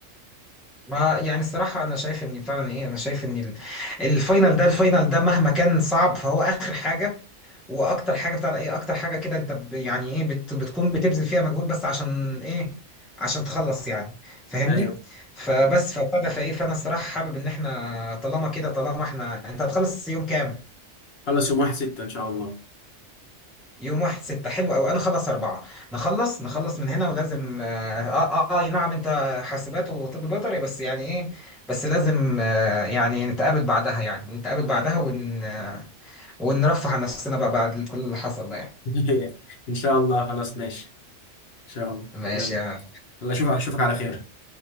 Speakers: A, in the centre; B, on the left.
A: ما يعني الصراحة أنا شايف إن بتاع إن إيه أنا شايف إن ال- الفاينل ده الفاينل ده مهما كان صعب فهو آخر حاجة وأكتر حاجة بتاع ده إيه أكتر حاجة كده أنت ب- يعني إيه بت بتكون بتبذل فيها مجهود بس عشان إيه عشان تخلص يعني فاهمني
B: ايوه
A: فبس فبتاع ده فإيه فأنا الصراحة حابب إن إحنا طالما كده طالما إحنا أنت هتخلص يوم كام؟
B: خلص يوم 1 6 ان شاء الله
A: يوم واحد ستة حلو أوي أنا خلص أربعة نخلص نخلص من هنا ولازم آه آه, آه أي نعم أنت حاسبات وطب بيطري بس يعني إيه بس لازم آه يعني نتقابل بعدها يعني نتقابل بعدها ون آه ونرفه عن نفسنا بقى بعد كل اللي حصل ده يعني
B: <laughs> ان شاء الله خلاص ماشي ان شاء الله
A: ماشي
B: يلا
A: يا
B: الله اشوفك اشوفك على خير